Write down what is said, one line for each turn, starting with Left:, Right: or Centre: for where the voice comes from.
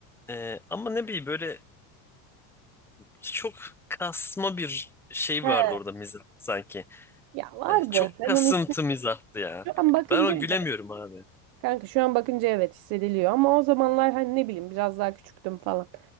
Centre: Ee, ama ne bileyim böyle çok kasma bir şey
Right: He.
Centre: vardı orada mizah sanki.
Right: Ya vardı.
Centre: Hani çok
Right: Ben
Centre: kasıntı
Right: onu
Centre: mizahtı ya.
Right: şu an bakınca
Centre: Ben o
Right: evet.
Centre: gülemiyorum abi.
Right: Kanka şu an bakınca evet hissediliyor ama o zamanlar hani ne bileyim biraz daha küçüktüm falan.